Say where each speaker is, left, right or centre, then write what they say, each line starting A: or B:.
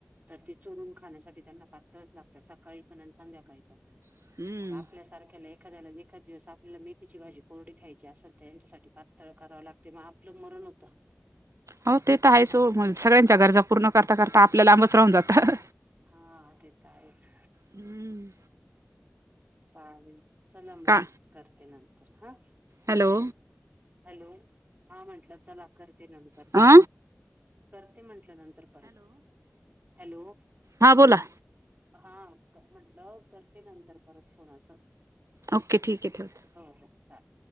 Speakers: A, on the right; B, on the right.
A: तर ते चुरून खाण्यासाठी त्यांना पातळचं लागतं, सकाळी पण आणि संध्याकाळी पण
B: हम्म.
A: मग आपल्यासारख्याला एखाद्याला एखाद दिवस आपल्याला मेथीची भाजी कोरडी खायची असेल तर यांच्यासाठी पात तळ करावी लागते, मग आपलं मरण होतं.
B: हो ते तर आहेच ओ,, सगळ्यांच्या गरजा पूर्ण करता करता आपलं लांबच राहून जातं.
A: हा ते तर आहेच.
B: हम्म
A: चालेल, चला म
B: का
A: करते नंतर हा.
B: हॅलो.
A: हॅलो, हा म्हटलं चला करते नंतर,
B: अ
A: करते म्हटलं नंतर. परत, हॅलो.
B: हां बोला.
A: हा, म्हंटलं करते नंतर परत फोन असं.
B: ओके ठीक आहे ठेवते.
A: हो हो, चालेल.